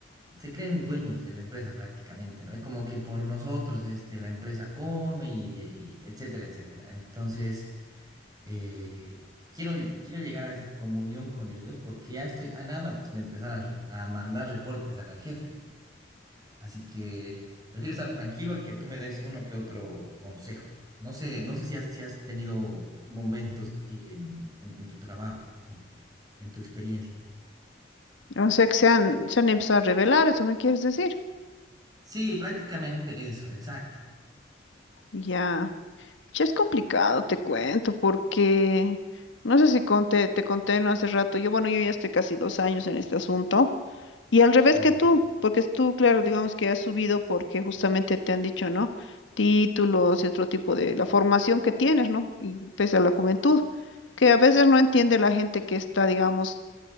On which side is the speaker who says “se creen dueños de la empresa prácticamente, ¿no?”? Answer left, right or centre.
Right